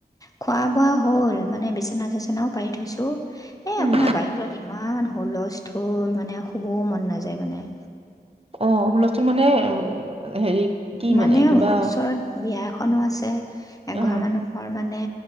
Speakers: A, on the left; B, on the right.
A: খোৱা বোৱা হ'ল মানে বিচনা চেচনাও পাৰি আঠছো এ
B: উম।
A: আপোনাৰ বাহিৰত ইমান হুলস্থূুল মানে খুবও মন নাযায় মানে
B: অ হুলচোন মানে হেৰি কি
A: মানে
B: কিবা
A: ওচৰত বিয়া এখনো আছে এঘৰ
B: অ',
A: মানুহৰ মানে মানে